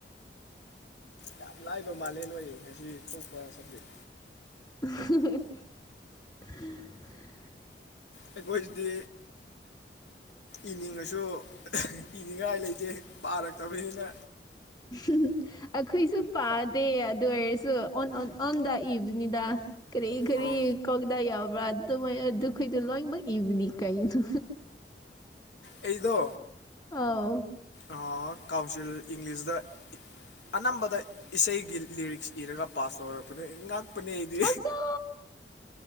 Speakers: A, on the left; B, on the left.
A: ꯌꯥꯝ ꯂꯥꯏꯕ ꯃꯥꯜꯂꯦ ꯅꯣꯢ ꯉꯁꯤ ꯊꯣꯛꯄ ꯁꯕꯖꯦꯛ
B: ꯍ
A: ꯑꯩꯈꯣꯏꯗꯤ ꯏꯅꯤꯡꯉꯁꯨ ꯏꯅꯤꯡꯉꯥꯏ ꯂꯩꯇꯦ ꯄꯥꯔꯛꯇꯕꯅꯤꯅ
B: ꯎ ꯑꯩꯈꯣꯏꯁꯨ ꯄꯥꯗꯦ ꯑꯗꯨ ꯑꯣꯏꯔꯁꯨ ꯑꯣꯟ ꯗ ꯏꯕꯅꯤꯗ ꯀꯔꯤ ꯀꯔꯤ
A: ꯑꯣ
B: ꯀꯧꯗꯥ ꯌꯥꯎꯕ꯭ꯔꯥ ꯑꯗꯨꯃꯥꯏꯅ ꯑꯗꯨ ꯈꯩꯗꯣ ꯂꯣꯏꯅꯃꯛ ꯏꯕꯅꯤ ꯀꯩꯅꯩꯅꯣ
A: ꯑꯩꯗꯣ
B: ꯑꯥꯎ
A: ꯑꯥ ꯀꯥꯎꯟꯁꯤꯜ ꯏꯪꯂꯤꯁꯗ ꯑꯅꯝꯕꯗ ꯏꯁꯩꯒꯤ ꯂꯤꯔꯤꯛꯁ ꯏꯔꯒ ꯄꯥꯁ ꯇꯧꯔꯛꯄꯅꯤ ꯉꯥꯏꯍꯥꯛ ꯄꯅꯦꯗꯤ
B: ꯑꯆꯥ